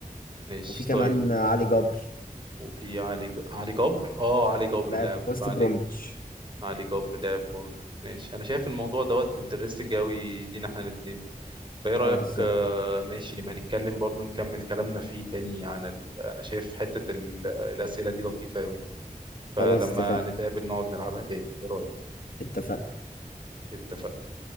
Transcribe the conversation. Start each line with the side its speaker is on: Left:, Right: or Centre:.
Right: ماشي
Left: وفي كمان
Right: طيب
Left: علي جبر
Right: وفي علي ج... علي جبر اه علي جبر
Left: لاعب
Right: لعب
Left: في وست
Right: علي
Left: برومتش
Right: علي جبر لعب برضو ماشي انا شايف الموضوع دوت انترستنج قوي لينا احنا الاثنين فايه رأيك
Left: اه بالظبط
Right: آه، ماشي نبقى نتكلم برضو نكمل كلامنا فيه تاني عن ال... انا شايف حتة ال... الأسئلة دي لطيفة قوي فلما
Left: خلاص اتفقنا
Right: نتقابل نقعد نلعبها تاني ايه رأيك
Left: اتفقنا
Right: اتفقنا